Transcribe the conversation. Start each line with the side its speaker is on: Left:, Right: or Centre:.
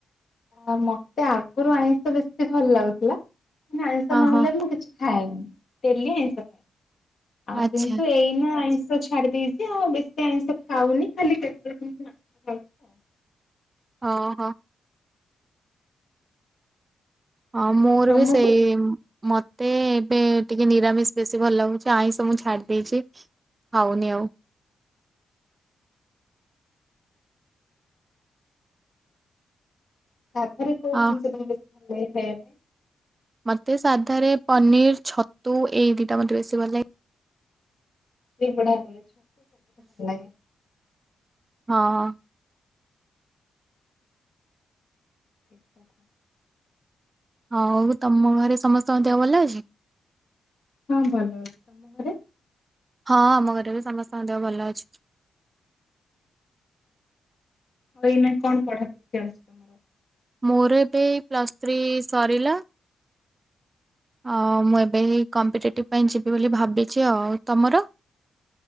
Left: ଆଉ ମତେ ଆଗୁରୁ ଆଇଁଷ ବେଶୀ ଭଲ ଲାଗୁଥିଲା, ମାନେ ଆଇଁଷ
Right: ହଁ
Left: ନହେଲେ
Right: ହଁ।
Left: ମୁଁ କିଛି ଖାଏନି, ଡେଲି ଆଇଁଷ ଖାଏ। ଆଉ
Right: ଆଚ୍ଛା।
Left: କିନ୍ତୁ ଏଇନା ଆଇଁଷ ଛା ଛାଡି ଦେଇଛି, ଆଉ ବେଶୀ ଆଇଁଷ ଖାଉନି, ଖାଲି କେତେବେଳେ କେମିତି ଖାଉଛି ଆଉ।
Right: ହଁ, ହଁ। ହଁ, ମୋର
Left: ତମକୁ
Right: ବି ସେଇ ମତେ ଏବେ ଟିକେ ନିରାମିଷ ବେଶୀ ଭଲ ଲାଗୁଛି, ଆଇଁଷ ମୁଁ ଛାଡି ଦେଇଛି ଖାଉନି ଆଉ।
Left: ସାଧାରେ କୋଉ
Right: ହଁ
Left: ଜିନିଷ ତମକୁ ବେଶୀ ଭଲ ଲାଗେ ଖାଇଆକୁ?
Right: ମତେ ସାଧାରେ ପନିର, ଛତୁ, ଏଇ ଦିଟା ମତେ ବେଶୀ ଭଲ ଲାଗେ।
Left: ଏଇଗୁଡ଼ା ଭଲ ଲାଗେ।
Right: ହଁ, ହଁ।
Left: ଠିକ କଥା।
Right: ଆଉ ତମ ଘରେ ସମସ୍ତଙ୍କ ଦେହ ଭଲ ଅଛି?
Left: ହଁ ଭଲ ଅଛି ଆରେ
Right: ହଁ ଆମ ଘରେ ବି ସମସ୍ତଙ୍କ ଦେହ ଭଲ ଅଛି।
Left: ଆଉ ଏଇନା କଣ ପଢାପଢି ଚାଲିଚି ତମର?
Right: ମୋର ଏବେ ପ୍ଲସ୍ ଥ୍ରୀ ସରିଲା ଆ ମୁଁ ଏବେ କମ୍ପିଟେଟିଭ ପାଇଁ ଯିବି ବୋଲି ଭାବିଚି ଆଉ, ତମର?